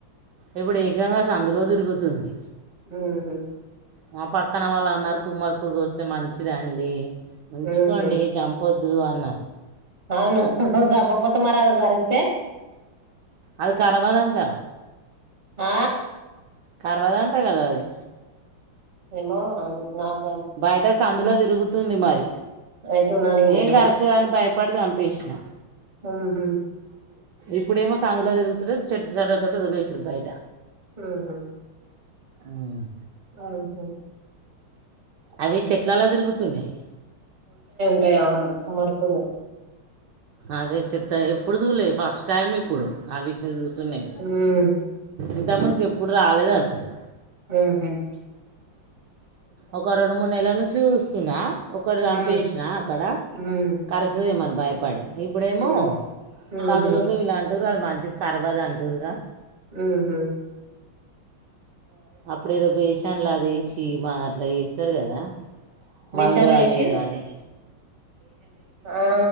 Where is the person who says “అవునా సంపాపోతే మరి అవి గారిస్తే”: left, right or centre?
Right